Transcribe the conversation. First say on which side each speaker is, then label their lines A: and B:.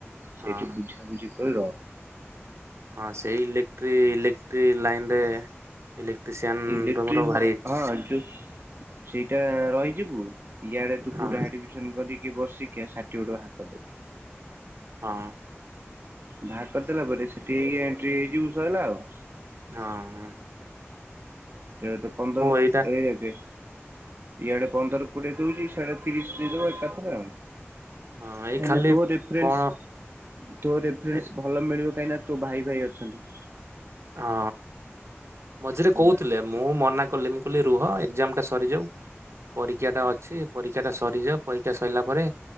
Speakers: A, on the right; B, on the right.
A: ସେଇଠି
B: ହଁ
A: ବୁଝାବୁଝି କରି ର।
B: ହଁ ସେଇ ଇଲେକ୍ଟ୍ରି ଇଲେକ୍ଟ୍ରି ଲାଇନ ରେ ଇଲେକ୍ଟ୍ରିସିଆନ
A: ଇଲେକ୍ଟ୍ରି
B: ର ମୋର
A: ହଁ
B: ଭାରି ଇଛା।
A: ହଁ ଯୋଉ ସେଇଟା ରହିଯିବୁ ଇଆଡେ ତୁ
B: ହଁ
A: କୁଉଟା ଆଡିମି ସନ କରିକି ବସିକି ସାଠିପିକେଟ ବାହାର କରିଦବୁ।
B: ହଁ।
A: ବାହାର କରିଦେଲା ପରେ ସେଠି ହେଇକି ଏଣ୍ଟ୍ରି ହେଇକି ଯିବୁ ସରିଲା ଆଉ।
B: ହଁ ହୁଁ।
A: କେବେ ତ ପନ୍ଦର
B: ଏଇଟା
A: ରହିଯା ଏଇଠି ଇଆଡେ ପନ୍ଦର କୋଡିଏ ଦଉଛି ସିଆଡେ ତିରିଶ ଦେଇଦବା ଏକାଥରେ ଆଉ।
B: ହଁ ଏଇ
A: କାହିଁକିନା
B: ଖାଲି
A: ତୋ ରିଫେରନ୍ସ
B: କଣ
A: ତୋ ରିଫେରନ୍ସ
B: ଏ
A: ଭଲ ମିଳିବ କାହିଁକି ନା ତୋ ଭାଇ ଭାଇ ଅଛନ୍ତି।
B: ହଁ ମଝିରେ
A: ହେଲା
B: କହୁଥିଲେ। ମୁଁ ମନା କଲି ମୁଁ କହିଲି ରୁହ ଏଗଜାମ ଟା ସରିଯାଉ। ପରୀକ୍ଷା ଟା ଅଛି ପରୀକ୍ଷା ଟା ସରିଯାଉ ପରୀକ୍ଷା ସରିଲା ପରେ